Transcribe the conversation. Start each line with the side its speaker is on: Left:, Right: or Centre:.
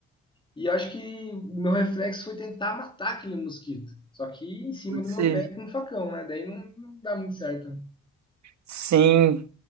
Left: E eu acho que o meu reflexo foi tentar matar aquele mosquito. Só que em cima
Right: pode
Left: do
Right: ser.
Left: meu pé com um facão, né? Daí não, não dá muito certo. né.
Right: Sim.